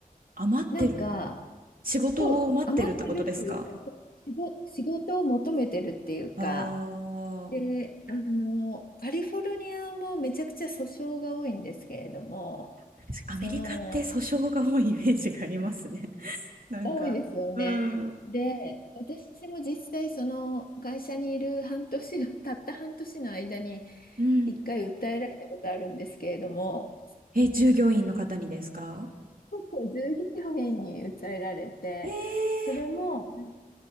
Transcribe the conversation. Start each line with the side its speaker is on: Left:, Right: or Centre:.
Right: あ、待ってる。
Left: なんか、
Right: 仕事を待ってるってことですか
Left: そう、余ってるっていうか、そう仕事、仕事を求めてるっていうか、
Right: ああー。
Left: で、あの、カリフォルニアもめちゃくちゃ訴訟が多いんですけれども、
Right: 確かアメリカって訴訟が多いイメージがありますね。
Left: その、
Right: <laughs> なんか。
Left: 多いですよね。
Right: うん。
Left: で、私も実際、その会社にいる半年の、たった半年の間に、
Right: うん。
Left: 一回訴えられたことあるんですけれども、
Right: え、従業員の方にですか
Left: そうそう従業員に訴えられて、
Right: ええ
Left: それも、